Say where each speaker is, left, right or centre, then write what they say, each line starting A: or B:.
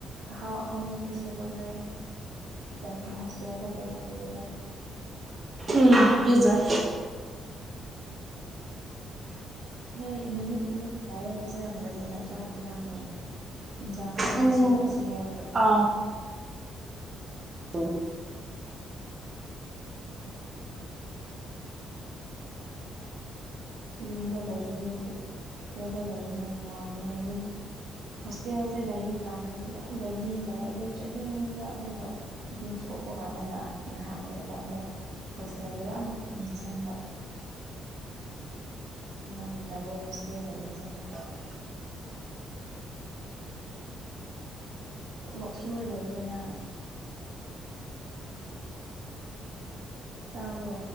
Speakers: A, on the right; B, on the right.
A: ꯑꯍꯥꯎ ꯑꯍꯥꯎꯕ ꯄꯤꯖꯕ ꯅꯣꯏ ꯃꯦꯗꯥꯝ ꯍꯣꯁꯇꯦꯜꯗ <unintelligible>
B: ꯎꯝ ꯄꯤꯖꯥ
A: ꯅꯣꯏ ꯅꯨꯃꯤꯠ ꯅꯨꯃꯤꯠ ꯁꯥꯏꯔ ꯄꯤꯖꯔꯝꯒꯅꯤꯅ ꯆꯥꯛ ꯏꯟꯖꯥꯡꯗꯣ ꯌꯦꯟꯁꯥꯡꯗꯣ
B: ꯎꯝ
A: ꯉꯁꯤ ꯅꯁꯤ ꯍꯥꯏꯕꯗꯣ
B: ꯑꯥ ꯍꯣꯏ
A: ꯎꯝ ꯌꯨꯝꯗ ꯂꯩꯕꯗꯗꯤ ꯁꯤꯗꯗ ꯂꯩꯕꯅ ꯅꯨꯡꯉꯥꯏꯕꯅꯦ ꯌꯨꯝ ꯍꯣꯁꯇꯦꯜꯁꯦ ꯂꯩꯔꯤꯀꯥꯟꯗꯗꯤ ꯌꯥꯝ ꯂꯩꯅꯤꯡꯗꯕ ꯌꯨꯝ ꯆꯠꯅꯤꯡꯕ ꯑꯗꯨꯒ ꯌꯨꯝ ꯊꯣꯛꯄ ꯀꯥꯟꯗꯅ ꯉꯥꯏꯍꯥꯛ ꯂꯩꯔꯒ ꯑꯃꯨꯛ ꯍꯣꯁꯇꯦꯜꯗ ꯌꯥꯝ ꯅꯤꯡꯁꯤꯡꯕ ꯑꯗꯨꯃꯥꯏꯅ ꯇꯧꯋꯦ ꯍꯣꯁꯇꯦꯜ ꯂꯩꯕꯁꯦ
B: <unintelligible>
A: ꯊꯕꯛ ꯁꯨꯔ ꯂꯩꯕ꯭ꯔꯣ ꯅꯪ ꯇꯥꯕ꯭ꯔꯣ